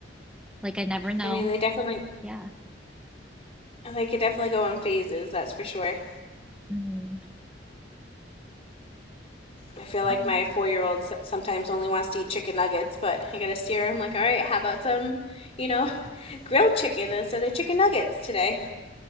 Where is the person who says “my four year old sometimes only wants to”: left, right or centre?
Left